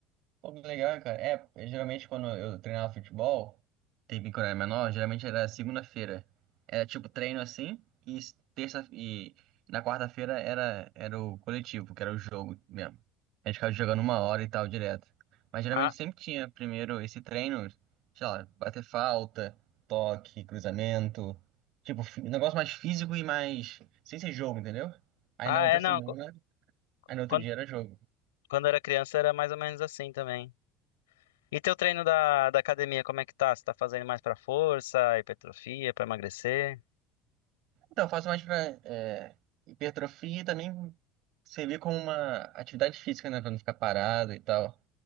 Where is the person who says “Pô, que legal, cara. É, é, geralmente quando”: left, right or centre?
Right